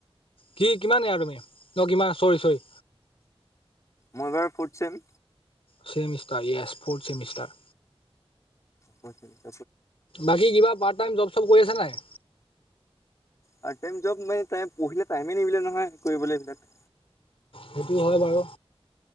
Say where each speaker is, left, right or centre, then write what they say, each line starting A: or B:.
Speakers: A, on the left; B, on the left.
A: কি কিমান য়াৰ তুমি ন কিমান চৰি চৰি
B: মই এবাৰ ফৰ্থ চেম
A: চছেমিষ্টাৰ য়েছ ফৰ্থ চেমিষ্টাৰ
B: হয়ছাগে
A: বাকী কিবা পাৰ্ট টাইম জব চব কৰি আছা নাই?
B: পাৰ্ট টাইম জব মানে পঢ়িলে টাইমে নিমিলে নহয় কৰিবলে ইবিলাক।
A: সেইটো হয় বাৰু।